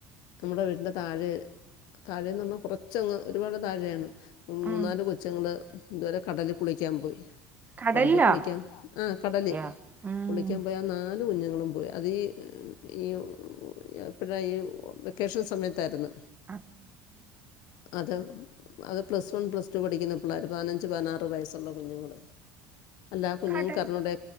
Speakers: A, on the left; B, on the right.
A: നമ്മുടെ വീട്ടിൻ്റെ താഴെ താഴേന്ന് പറഞ്ഞാ കൊറച്ചങ്ങ് ഒരുപാട് താഴെയാണ് മൂന്നാല്
B: ഉം
A: കൊച്ചുങ്ങള് ഇതുപോലെ കടല് കുളിക്കാൻ പോയി
B: കടലിലോ
A: കടല് കുളിക്കാം ആഹ് കടലി
B: യോ ഉം
A: കുളിക്കാൻ പോയി ആ നാല് കുഞ്ഞുങ്ങളും പോയി അതീ ഈ എപ്പഴാ ഈ വെക്കേഷം സമയത്തായിര്ന്നു
B: അഹ്
A: അത് അത് പ്ലസ് വൺ പ്ലസ് ടു പഠിക്കുന്ന പിള്ളേർ പതിനഞ്ച് പതിനാറ് വയസ്സുള്ള കുഞ്ഞുങ്ങള് അല്ല കുഞ്ഞുങ്ങക്കറിഞ്ഞുടെ
B: കടൽ